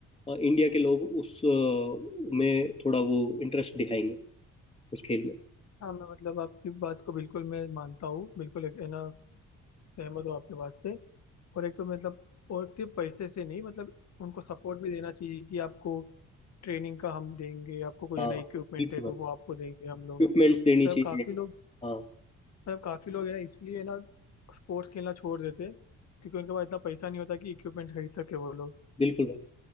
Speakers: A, on the left; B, on the left.
A: अ, इंडिया के लोग उस अ, में थोड़ा वो इंटरेस्ट दिखाएंगे उस खेल में
B: हाँ मैं मतलब आपकी बात को बिल्कुल मैं मानता हूँ बिल्कुल एक है ना सहमत हूँ आपकी बात से और एक तो मतलब और सिर्फ पैसे से नहीं मतलब उनको सपोर्ट भी देना चाहिए कि आपको ट्रेनिंग का हम देंगे आपको कोई
A: हाँ
B: है ना इक्विपमेंट
A: बिल्कुल
B: है तो
A: भाई
B: वो आपको देंगे हम लोग
A: इक्विपमेंट्स
B: मतलब
A: देनी चाहिए
B: काफ़ी लोग
A: हाँ
B: मतलब काफ़ी लोग है ना इसलिए है ना स्पोर्ट्स खेलना छोड़ देते हैं क्योंकि उनके पास इतना पैसा नहीं होता कि इक्विपमेंट खरीद सके वो लोग
A: बिल्कुल भाई